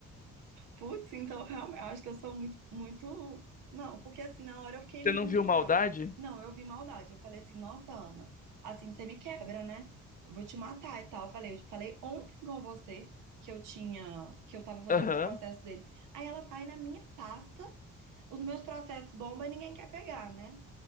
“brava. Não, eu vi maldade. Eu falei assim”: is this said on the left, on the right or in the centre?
Right